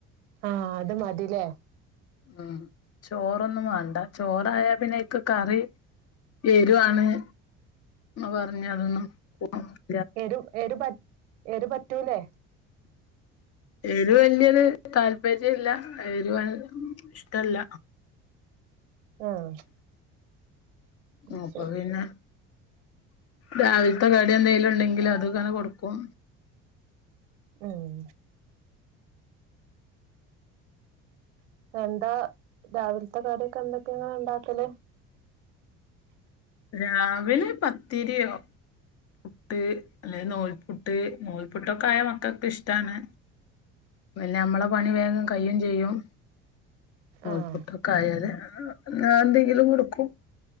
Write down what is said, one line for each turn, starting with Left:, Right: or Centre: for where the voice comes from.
Right: ആഹ് അത് മതില്ലേ?
Left: ഉം ചോറൊന്നും വേണ്ട ചോറായാ പിന്നയിക്ക് കറി എരുവാണ്ന്ന് പറഞ്ഞ് അതൊന്നും <unintelligible>
Right: എരു എരുപറ്റു എരു പറ്റൂലേ?
Left: എരുവ് വല്യരെു താല്പര്യം ഇല്ല എരുവ് ഇഷ്ടല്ല
Right: ആഹ് അത്
Left: അപ്പൊ
Right: ശരി
Left: പിന്നെ രാവിലത്തെ കടി എന്തെങ്കി ലും ഉണ്ടെങ്കില് അത്ങ്ങനെ കൊടുക്കും
Right: ഉം എന്താ രാവിലത്തെ കടിയൊക്കെ എന്തൊക്കെയങ്ങൾ ഉണ്ടാക്കല്
Left: രാവിലെ പത്തിരിയോ പുട്ട് അല്ലെ നൂൽപുട്ട് നൂൽപുട്ടൊക്കെ ആയ മക്കൾക്ക് ഇഷ്ടാണ് പിന്നെ നമ്മളെ പണി വേഗം കയിയെം ചെയ്യും നുൽപൊട്ടൊക്കെ
Right: ആഹ്
Left: ആയല് <unintelligible> ന്തെങ്കിലും കൊടുക്കും